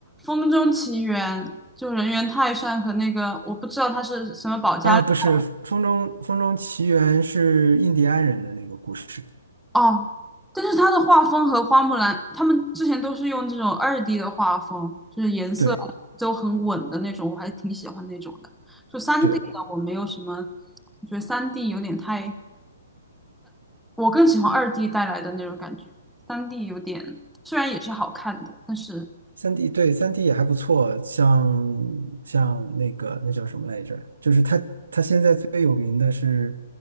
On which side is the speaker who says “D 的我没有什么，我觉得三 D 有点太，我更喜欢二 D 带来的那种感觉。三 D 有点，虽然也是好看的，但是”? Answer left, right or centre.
Centre